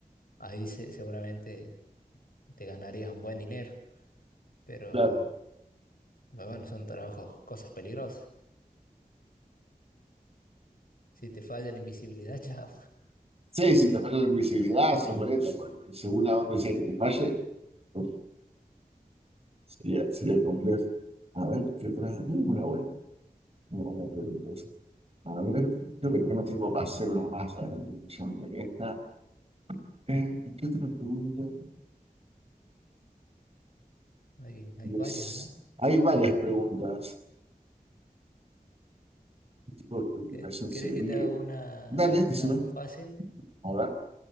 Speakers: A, on the left; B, on the right.
A: ahí se- seguramente te ganarías un buen dinero, pero
B: claro.
A: pero bueno, son trabajos, cosas peligrosas. Si te falla la invisibilidad, <laughs> chao.
B: Sí, si te falla la invisibilidad, sos boleta, porque según a dónde sea que te falle, uf, sería, sería complejo. A ver, ¿qué otra? Tenemos una buena, una buena pregunta. esa. A ver, creo que tenemos tiempo para hacer una más. Adelante, que ya me deja. Eh, ¿qué otra pregunta?
A: Hay, hay
B: Pues,
A: varias, ¿ah?
B: hay varias preguntas. ¿Qué tipo de preocupación
A: ¿Qué- ¿Querés
B: sería?
A: que te haga una,
B: Dale, esta
A: una
B: es una.
A: fácil?
B: A ver.